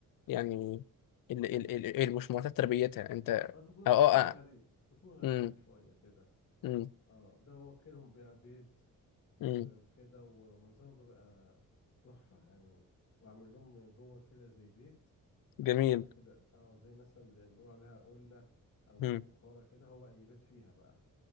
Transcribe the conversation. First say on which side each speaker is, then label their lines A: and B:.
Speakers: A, on the left (about 80°); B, on the left (about 45°).
A: يعني اللي, اللي, اللي مش معتاد تربيتها انت
B: اه تكون
A: اه
B: تكون
A: اه آه.
B: غريب تكون غريبة
A: مم.
B: شوية كده
A: مم.
B: اه ده واكلهم بقى بيض
A: مم.
B: و- وكده ومنظرهم بيبقى تحفة يعني وأعمل لهم جوه كده زي بيت
A: جميل
B: أو حاجة كده اه زي مثلا بنقول عليها قلة أو
A: مم.
B: فخارة كده هو بقى يبات فيها بقى